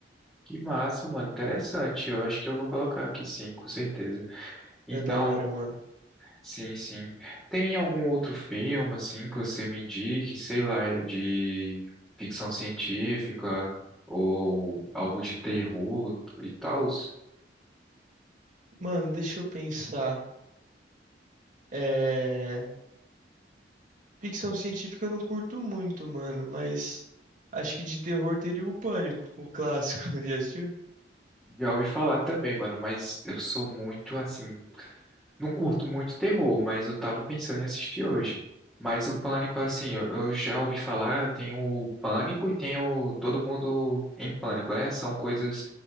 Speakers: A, in the centre; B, on the right.
A: Que massa, mano. Interessante. Eu acho que eu vou colocar aqui sim, com certeza. Então,
B: É da hora, mano.
A: sim, sim. Tem algum outro filme, assim, que você me indique, sei lá, de ficção científica ou algo de terror e tal?
B: Mano, deixa eu pensar. É... Ficção científica eu não curto muito, mano, mas acho que de terror teria o Pânico, o clássico. <laughs> Já assistiu?
A: Já ouvi falar também, mano, mas eu sou muito, assim, Não curto muito terror, mas eu tava pensando em assistir hoje. Mas o Pânico, assim, eu, eu já ouvi falar, tem o Pânico e tem o Todo Mundo em Pânico, né? São coisas